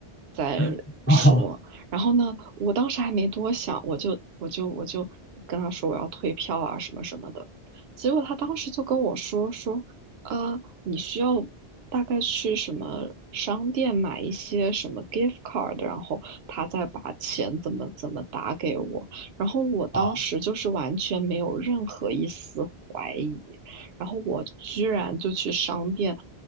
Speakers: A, on the right; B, on the left.
A: 在说。
B: <laughs> 哦
A: 然后呢，我当时还没多想，我就我就我就跟他说我要退票啊什么什么的。结果他当时就跟我说说，呃，你需要大概去什么商店买一些什么 gift card，然后他再把钱怎么怎么打给我，然后我当时就是完全没有任何一丝怀疑，
B: 哦
A: 然后我居然就去商店，